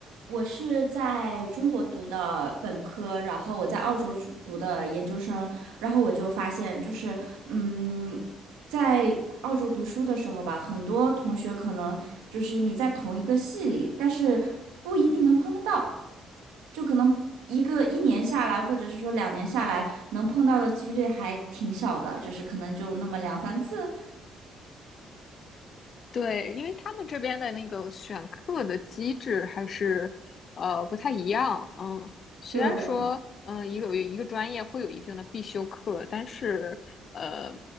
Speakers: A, on the right (about 80°); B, on the left (about 55°).
A: 我是在中国读的本科，然后我在澳洲读读的研究生，然后我就发现，就是，嗯，在澳洲读书的时候吧，很多同学可能就是你在同一个系里，但是不一定能碰得到，就可能一个一年下来，或者是说两年下来，能碰到的几率还挺小的，就是可能就那么两三次。
B: 对，因为他们这边的那个选课的机制还是呃不太一样，嗯，虽然说嗯一个一个专业会有一定的必修课，
A: 对。
B: 但是呃